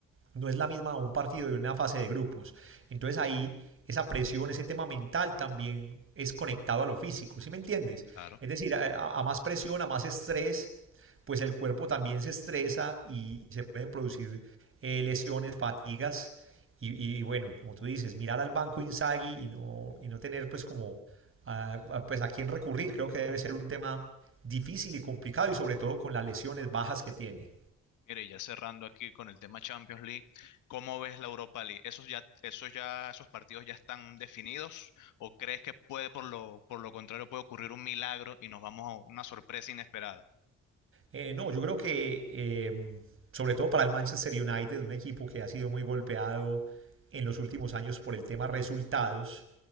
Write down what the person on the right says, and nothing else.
no es la misma un partido de una fase de grupos. Entonces ahí esa presión, ese tema mental también es conectado a lo físico, ¿sí me entiendes?
Es decir, a, a más presión, a más estrés, pues el cuerpo también se estresa y se pueden producir eh, lesiones, fatigas. Y, y, bueno, como tú dices, mirar al banco Inzaghi y no, y no tener pues como a, pues a quién recurrir, creo que debe ser un tema difícil y complicado y sobre todo con las lesiones bajas que tiene.
Eh, no, yo creo que eh, sobre todo para el Manchester United, un equipo que ha sido muy golpeado en los últimos años por el tema resultados,